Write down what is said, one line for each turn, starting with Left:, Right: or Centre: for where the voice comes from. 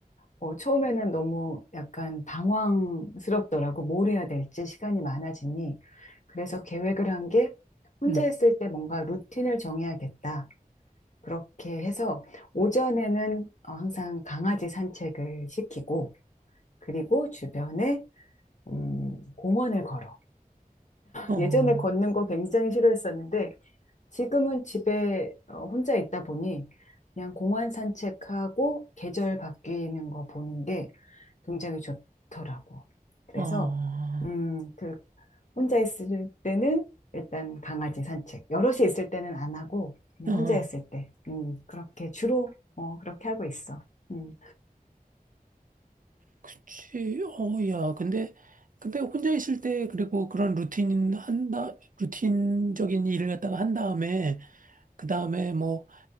Left: 어, 처음에는 너무 약간 방황스럽더라고. 뭘 해야 될지 시간이 많아지니. 그래서 계획을 한 게 혼자
Right: 음.
Left: 있을 때 뭔가 루틴을 정해야겠다. 그렇게 해서 오전에는 어, 항상 강아지 산책을 시키고 그리고 주변에 음, 공원을 걸어.
Right: 어, 어,
Left: 예전에 걷는 거 굉장히 싫어했었는데 지금은 집에 어, 혼자 있다 보니 그냥 공원 산책하고 계절 바뀌는 거 보는 게 굉장히 좋더라고. 그래서
Right: 어,
Left: 음, 그 혼자 있을 때는 일단 강아지 산책, 여럿이 있을 때는 안 하고 그냥
Right: 어,
Left: 혼자 있을 때, 음, 그렇게 주로 어, 그렇게 하고 있어. 음.
Right: 그치. 어, 야, 근데, 근데 혼자 있을 때 그리고 그런 루틴 한다, 루틴적인 일을 갖다가 한 다음에, 그 다음에 뭐,